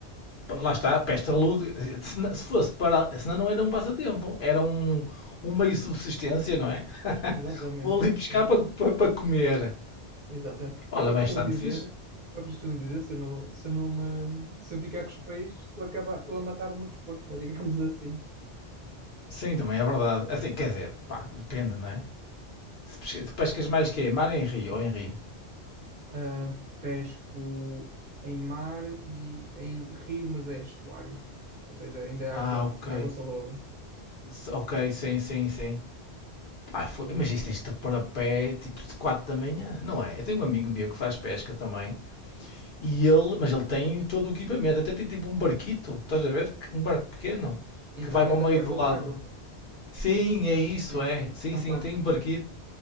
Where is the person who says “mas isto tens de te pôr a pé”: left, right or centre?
Left